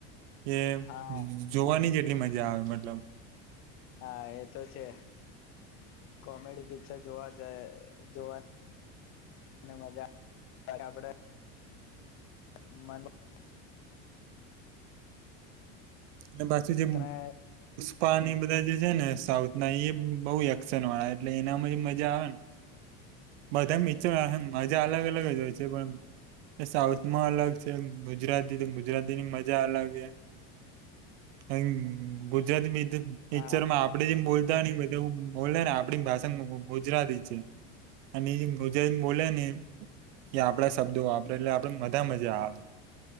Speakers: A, on the right; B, on the left.
A: એ
B: હા
A: જ જોવાની જે કેટલી મજા આવે મતલબ
B: હા એ તો છે. કોમેડી પિક્ચર જોવા જ જોવા મજા આપડે મનો--.
A: અને બાચુ જે
B: તમે
A: કપા બધા જે છે ને સાઉથ ના. એ બહુ એક્શન વાળા એટલે એનામાં મજા આવે ને. બધા મચર મજા અલગ અલગ જ હોય છે, પણ સાઉથમાં અલગ છે, ગુજરાતી તો ગુજરાતીની મજા અલગ છે અ ગુજરાતી બી નેચરમાં
B: હા
A: આપડે જેમ બોલ બધાની બધુ બોલે ને આપણી ભાષા ગુજરાતી છે. અને એ ગુજરાતી બોલે ને એ આપડા શબ્દો વાપરે એટલે આપે મજા મજા આવે